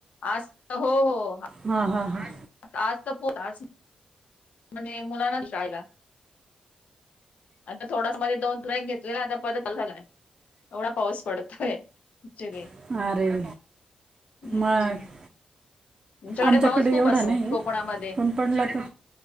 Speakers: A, on the left; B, on the right.
A: आज हो हो
B: हा हा हा
A: आज तर पत आज म्हणजे मुलांनाच शाळेला आता थोडाच मध्ये दोन तईक घेतलेला आता परत चा झालाय एवढा पाऊस पडत शर
B: हां अरे
A: हम्
B: मग
A: तुमच्याकडे
B: आमच्याकडे
A: पाऊस खूप
B: एवढा
A: असतो
B: नाही आहे
A: कोकणामध्ये
B: पण पडला तर